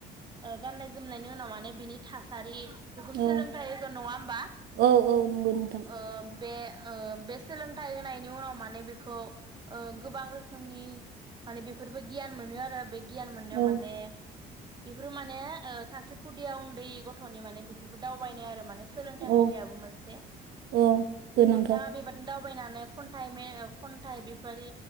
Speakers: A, on the right; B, on the right.
A: ओ गाननाय जोमनायनि उनाव माने बिनि थासारि बेखौ
B: औ
A: सोलोंथाइ होगोन नङा होमबा।
B: औ औ नंगौ नोंथां
A: ओम बे ओ बे सोलोंथाइ होनायनि उनाव माने बेखौ ओ गोबां रोखोमनि माने बेफोरबो गियान मोनो आरो बे गियान मोननायाव
B: औ
A: माने बेफोरो माने ओ सासे खुदिया उन्दै गथ'नि माने बेफोरबो दावबायनाय आरो माने सोलोंथाइ
B: औ
A: होनायाबो मोनसे।
B: औ गोनांथार
A: नोंथाङा बे बायदिनो दाव बायनानै खन्थाइ मे ओ खन्थाइ बेबादि